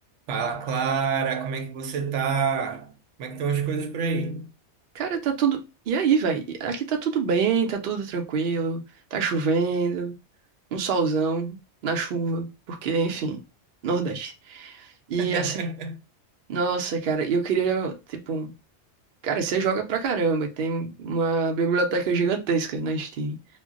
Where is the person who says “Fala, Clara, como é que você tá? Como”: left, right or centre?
Right